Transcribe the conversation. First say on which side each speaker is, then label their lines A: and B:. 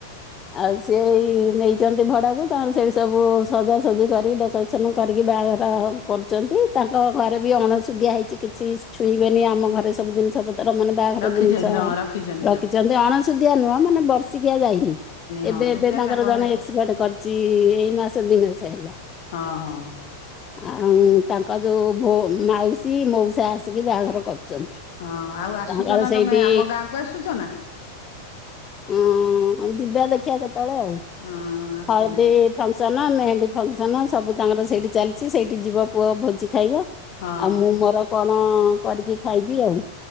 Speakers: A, on the left; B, on the left.
A: ଆଉ ସିଏ ଏଇ ନେଇ ଚନ୍ତି ଭଡାକୁ ତାଙ୍କର ସେଇଠି ସବୁ ସଜାସଜି କରି ଡେକୋରେସନ କରିକି ବାହାଘର କରୁଚନ୍ତି। ତା ତାଙ୍କ ଘରେ ବି ଅଣ ସୁୁଧଆ ହେଇଚି କିଛି ଛୁଇଁବେନି ଆମ ଘରେ ସବୁ ଜିନିଷ ପତ୍ ତାର ମାନେ ବାହାଘର
B: ରଖିଛନ୍ତି
A: ଜିନିଷ
B: ହଁ ରଖିଛନ୍ତି
A: ରଖିଚନ୍
B: ସବୁ
A: ସୁଧିଆ ନୁହଁ ମାନେ ବର୍ଷିକିଆ ଯାଇନି।
B: ହଁ
A: ଏବେ
B: ସେଥିପାଇଁ
A: ଏବେ ତାଙ୍କର
B: ତାଙ୍କ
A: ଜଣେ
B: ଘରେ
A: ଏକ୍ସପାର୍ଟ କରିଚି ଏଇ ମାସ ଦିଇ ମାସ ହେଲା।
B: ହଁ ହଁ।
A: ଆଉ ତାଙ୍କ ଯୋଉ ଭୋ ମାଉସୀ ମୋଉସା ଆସିକି ବାହାଘର କର ଛନ୍ତି।
B: ହଁ ଆଉ ଆସୁଛ
A: ତାହା କାଳେ
B: ନା ତମେ
A: ସେଇଠି
B: ଆମ ଗାଁକୁ ଆସୁଛ ନା
A: ହୁଁ ଯିବା ଦେଖିବା କେତ ଅଳେ ଆଉ
B: ହଁ ଆସିନା
A: ହଳଦୀ ଫଙ୍କସନ, ମେହେନ୍ଦୀ ଫଙ୍କସ ସନ୍ ସବୁ ତାଙ୍କର ସେଇଠି ଚାଲିଚି ସେଇଠି ଯିବ ପୁଅ ଭୋଜି ଖାଇବ।
B: ହଁ
A: ଆଉ ମୁଁ ମୋର କଣ କରିକି ଖାଇବି ଆଉ।